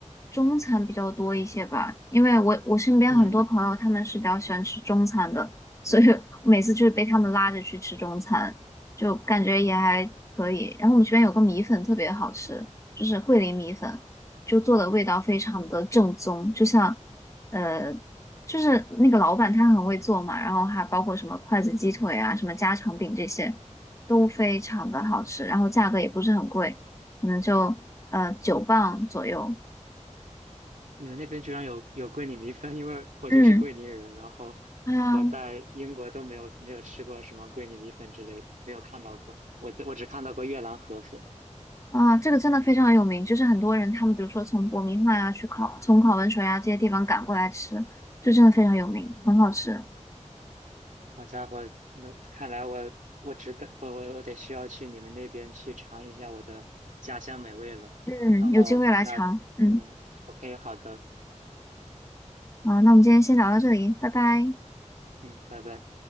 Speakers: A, on the left (about 25°); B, on the right (about 80°).
A: 中餐比较多一些吧，因为我我身边很多朋友他们是比较喜欢吃中餐的，
B: 嗯，
A: 所以 <laughs> 每次就是被他们拉着去吃中餐，就感觉也还可以。然后我们这边有个米粉特别好吃，就是桂林米粉，就做的味道非常的正宗，就像。呃。就是那个老板他很会做嘛，然后还包括什么筷子鸡腿啊、什么家常饼这些，都非常的好吃，然后价格也不是很贵，可能就呃九磅左右。
B: 你们那边居然有有桂林米粉，因为我就是桂林人，
A: 嗯，
B: 然后
A: 哎呀
B: 我在英国都没有没有吃过什么桂林米粉之类的没有看到过。我在我只看到过越南河粉。
A: 啊，这个真的非常有名，就是很多人他们比如说从伯明翰啊去考，从考文垂啊这些地方赶过来吃，就真的非常有名，很好吃。
B: 好家伙，那看来我我值得我我我得需要去你们那边去尝一下我的家乡美味了。
A: 嗯，
B: 然后那嗯，OK，
A: 有机会来尝。嗯，
B: 好的，
A: 好，那我们今天先聊到这里，拜拜。
B: 嗯，拜拜。